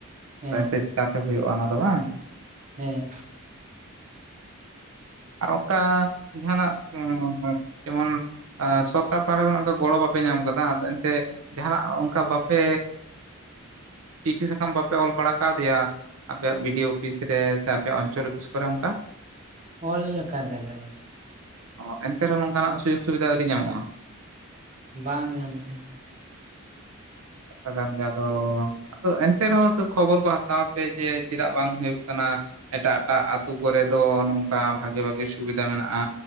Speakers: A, on the right; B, on the right.
A: ᱦᱮᱸ
B: ᱮᱱᱛᱮ <inaudible> ᱦᱩᱭᱩᱜ-ᱟ ᱚᱱᱟ ᱫᱚ ᱵᱟᱝ
A: ᱦᱮᱸ ᱾
B: ᱟᱨ ᱚᱠᱟ ᱡᱟᱦᱟᱱᱟᱜ <inaudible> ᱡᱮᱢᱚᱱ ᱟ ᱥᱚᱨᱠᱟᱨ ᱯᱟᱦᱴᱟ ᱠᱷᱚᱱ ᱚᱱᱠᱟ ᱜᱚᱲᱚ ᱵᱟᱯᱮ ᱧᱟᱢ ᱠᱟᱫᱟ ᱟᱫᱚ ᱮᱱᱛᱮ ᱡᱟᱦᱟᱱᱟᱜ ᱚᱱᱠᱟ ᱵᱟᱯᱮ ᱪᱤᱴᱷᱤ ᱥᱟᱠᱟᱢ ᱵᱟᱯᱮ ᱚᱞ ᱵᱟᱲᱟ ᱠᱟᱣᱫᱮᱭᱟ? ᱟᱯᱮᱭᱟᱜ ᱵᱤ ᱰᱤ ᱳ ᱚᱯᱷᱤᱥ ᱨᱮ ᱥᱮ ᱟᱯᱮᱭᱟᱜ ᱚᱧᱪᱚᱞ ᱚᱯᱷᱤᱥ ᱠᱚᱨᱮ ᱚᱱᱠᱟ ᱾
A: ᱚᱞ ᱞᱮᱠᱟᱛᱮ <unintelligible>
B: ᱚ ᱮᱱᱛᱮ ᱨᱮᱦᱚᱸ ᱱᱚᱝᱠᱟᱱᱟᱜ ᱥᱩᱡᱳᱜᱽ ᱥᱩᱵᱤᱫᱷᱟ ᱟᱹᱣᱨᱤ ᱧᱟᱢᱚᱜ-ᱟ᱾
A: ᱵᱟᱝ ᱧᱟᱢ ᱠᱟᱱᱟ᱾
B: ᱠᱟᱛᱷᱟ ᱠᱟᱱ ᱜᱮ ᱟᱫᱚ ᱟᱫᱚ ᱮᱱᱛᱮ ᱨᱮᱦᱚᱸ ᱛᱚ ᱠᱷᱚᱵᱚᱨ ᱠᱚ ᱦᱟᱛᱟᱣ ᱯᱮ ᱡᱮ ᱪᱮᱫᱟᱜ ᱵᱟᱝ ᱦᱩᱭᱩᱜ ᱠᱟᱱᱟ ᱮᱴᱟᱜ ᱮᱴᱟᱜ ᱟᱹᱛᱩ ᱠᱚᱨᱮ ᱫᱚ ᱱᱚᱝᱠᱟ ᱵᱷᱟᱜᱤ ᱵᱷᱟᱜᱤ ᱥᱩᱵᱤᱫᱷᱟ ᱢᱮᱱᱟᱜ-ᱟ